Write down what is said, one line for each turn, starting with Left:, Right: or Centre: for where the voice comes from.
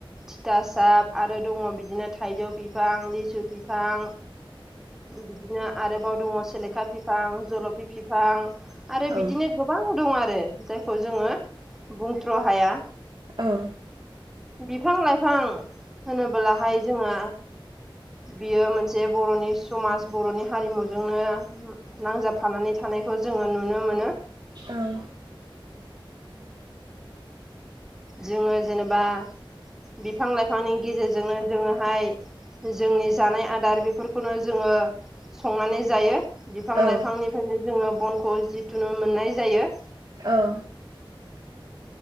Centre: थिथाासाब आरो दङ बिदिनो थाइजौ बिफां लिसु फिफां बिदिनो आरोबाव दङ सेलेखा बििफां जलफि फिफां आरो बिदिनो
Right: औ
Centre: गोबां दं आरो जायखौ जोङो बुंथ्र' हाया
Right: औ
Centre: बिफां लाइफां होनबोलाहाय जोङो बियो मोनसे जे बर'नि समाज बर'नि हारिमुजोंनो नांजाबफानानै थानायखौ जोङो नुनो मोनो
Right: औ
Centre: जोङो जेनेबा बिफां लाइफांनि गेजेरजोंनो जोङोहाय जोंनि जानाय आदार बेफोरखौनो जोङो संनानै जायो बिफां
Right: औ उम
Centre: लाइफांनिफ्रायनो जोङो बनखौ जिथुुन मोननाय जायो
Right: औ